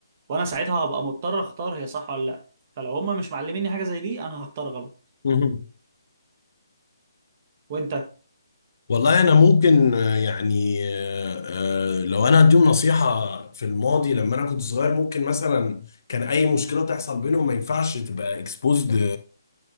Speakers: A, on the right; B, on the left.
A: وانا ساعتها هبقى مضطر اختار هي صح ولا لا فلو هما مش معلميني حاجه زي دي انا هختار غلط
B: مم.
A: وانت
B: والله انا ممكن آه، يعني آه، آه، لو انا هديهم نصيحه في الماضي لما انا كنت صغير ممكن مثلا كان اي مشكله تحصل بينهم ما ينفعش تبقى اكسبوزد